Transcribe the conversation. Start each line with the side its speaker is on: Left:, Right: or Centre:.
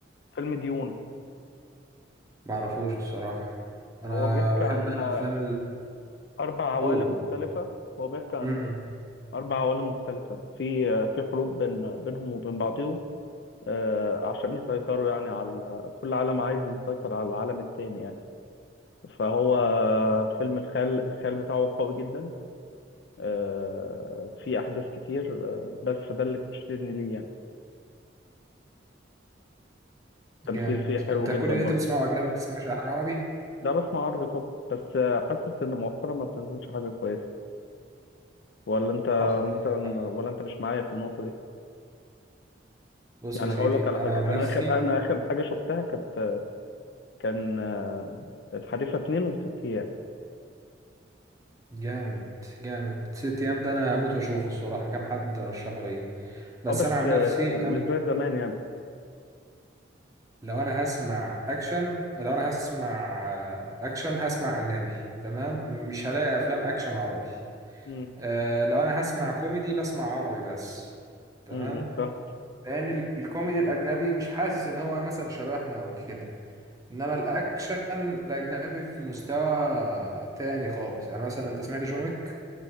Left: فيلم ديون
Right: معرفوش الصراحة انا
Left: هو بيحكي
Right: بحب
Left: عن
Right: انا
Left: آه،
Right: افلام
Left: أربع عوالم
Right: الأول
Left: مختلفة هو بيحكي عن
Right: امم
Left: أربع عوالم مختلفة في آه، في حروب بين بينهم وبين بعضهم آه، عشان يسيطروا يعني على كل عالم عايز يسيطر على العالم التاني يعني فهو فيلم الخيال الخيال بتاعه قوي جدا آه، في احداث كتير آه، بس فده اللي كانت شددني ليه يعني
Right: جامد
Left: التمثيل فيه حلو
Right: انت
Left: جدا
Right: كل اللي
Left: برضه
Right: انت بتسمعه اجنبي ما بتسمعش اي حاجة عربي
Left: ده بسمع عربي طبعا بس آه، حاسس ان مؤخرا ما بتنزلش حاجه كويسه ولا انت
Right: حصل
Left: مثلا
Right: حصل.
Left: ولا انت مش معايا في النقطه دي
Right: بص
Left: يعني
Right: يا سيدي
Left: هقول لك على
Right: انا
Left: حاجه
Right: عن
Left: انا
Right: نفسي
Left: اخر انا اخر حاجه شفتها كانت كان آه، الحريفه اتنين وست ايام
Right: جامد جامد ست ايام ده انا هموت واشوفه الصراحة كام حد رشحه ليا بس
Left: اه بس
Right: انا عن
Left: آه،
Right: نفسي
Left: مش زي زمان يعني
Right: لو انا هسمع اكشن لو انا هسمع آه، اكشن هسمع اجنبي تمام مش هلاقي افلام اكشن عربي
Left: امم
Right: أه لو انا هسمع كوميدي بسمع عربي بس تمام
Left: امم فاهم
Right: لان ال- الكوميدي الاجنبي مش حاسس ان هو مثلا شبهنا او كده انما الاكشن الاجنبي في مستوى تاني خالص يعني مثلا انت سمعت جون ويك